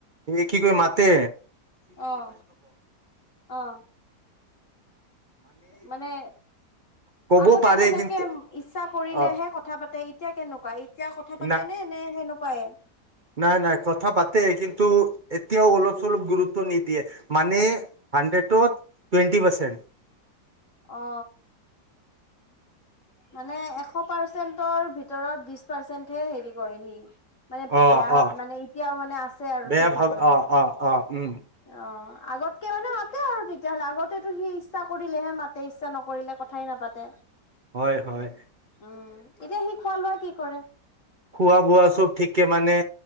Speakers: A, on the right (about 45°); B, on the left (about 50°).
A: কি ক মাত তে
B: অঁ অঁ মানে
A: ক'ব
B: আগতে
A: পাৰে
B: যেনেকৈ
A: কিন্তু
B: ইচ্ছা কৰিলেহে
A: অ
B: কথা পাতে এতিয়া কেনেকুৱা পাই এতিয়া কথা পাতে
A: না
B: নে নে সেনেকা কয়
A: নাই নাই কথা পাতে কিন্তু এতিয়াও অলপ চলপ গুৰুত্ব নি দিয়ে মানে হাণ্ড্ৰেড টুৱেণ্টি পাৰ্চেণ্ট
B: অ মানে এশ পাৰ্চেন্টৰ ভিতৰত বিশ পাৰ্চেন্টহে হেৰি কৰে সি মানে
A: অ
B: বেয়া
A: অ
B: মানে এতিয়াও মানে আছে আৰু
A: বেয়া
B: ঠিক
A: ভাব
B: হবলৈ
A: অ অ অ উম
B: অঁ আগতকৈে মানে মাতে আৰু তেতিয়াহলে আগতেতো সি ইচ্ছা কৰিলেহে মাতে ইচ্ছা নকৰিলে কথাই নাপাতে
A: হয় হয়
B: উম এতিয়া সি খোৱা লোৱা কি কৰে
A: খোৱা বোৱা চব ঠিকে মানে